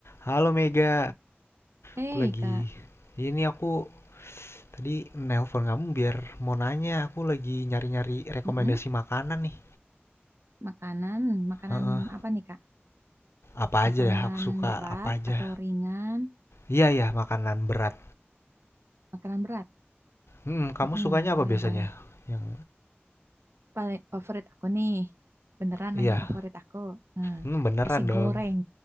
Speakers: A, on the left; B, on the right.
A: Halo Mega,
B: Hei
A: aku lagi
B: Kak,
A: ini aku tadi nelpon kamu biar mau nanya, aku lagi nyari-nyari rekomendasi
B: Mm-mm.
A: makanan nih.
B: Makanan, makanan
A: Heeh,
B: apa nih Kak?
A: apa
B: Makanan
A: aja ya? Aku suka
B: berat
A: apa aja?
B: atau ringan?
A: Iya ya, makanan berat.
B: Makanan berat,
A: Hmm, kamu
B: Mm-mm.
A: sukanya
B: Boleh,
A: apa biasanya?
B: boleh.
A: Yang
B: Paling favorit aku nih, beneran
A: iya,
B: nanya favorit aku. Nah,
A: hmm, beneran
B: nasi
A: dong.
B: goreng,